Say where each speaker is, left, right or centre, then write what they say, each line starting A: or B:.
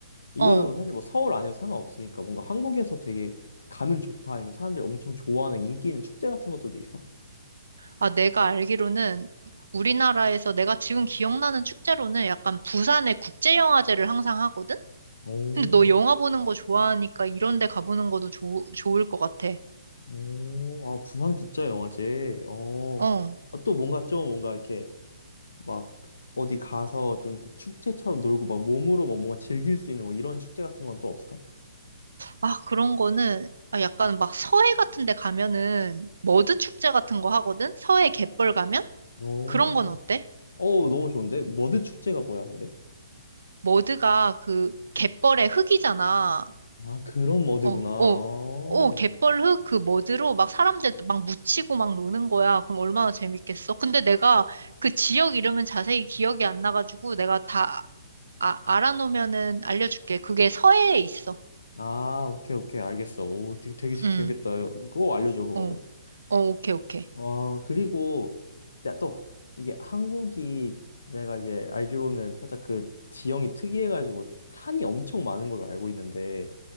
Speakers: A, on the left; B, on the right.
A: 이거는
B: 어.
A: 사실 뭐 서울 아니어도 상관없으니까 뭔가 한국에서 되게 가면 좋다 아니면 사람들이 엄청 좋아하는 인기 있는 축제 같은 것들도 있어?
B: 아, 내가 알기로는 우리나라에서 내가 지금 기억나는 축제로는 약간 부산의 국제영화제를 항상 하거든?
A: 오,
B: 근데 너 영화 보는 거 좋아하니까 이런 데 가보는 것도 좋 좋을 것 같아.
A: 오, 아, 부산국제영화제. 어,
B: 어.
A: 아, 또 뭔가 좀 뭔가 이렇게 막 어디 가서 좀 이렇게 축제처럼 놀고 막 몸으로 뭐 뭔가 즐길 수 있는 뭐 이런 축제 같은 건 또 없을까?
B: 아, 그런 거는 아, 약간 막 서해 같은 데 가면은 머드 축제 같은 거 하거든? 서해 갯벌 가면?
A: 오.
B: 그런 건 어때?
A: 어 너무 좋은데? 머드 축제가 뭐야, 근데?
B: 머드가 그 갯벌의 흙이잖아.
A: 아, 그런 머드구나.
B: 어,
A: 아,
B: 어, 어, 갯벌 흙 그 머드로 막 사람들 막 묻히고 막 노는 거야. 그럼 얼마나 재밌겠어. 근데 내가 그 지역 이름은 자세히 기억이 안 나가지고 내가 다 아, 알아놓으면은 알려줄게. 그게 서해에 있어.
A: 아, 오케이, 오케이, 알겠어. 오, 되게, 되게 재밌겠다.
B: 응,
A: 그거 알려줘, 그거는.
B: 어, 어, 오케이, 오케이.
A: 아, 그리고, 자, 또, 이게 한국이 내가 이제 알기로는 살짝 그 지형이 특이해가지고 산이 엄청 많은 걸로 알고 있는데,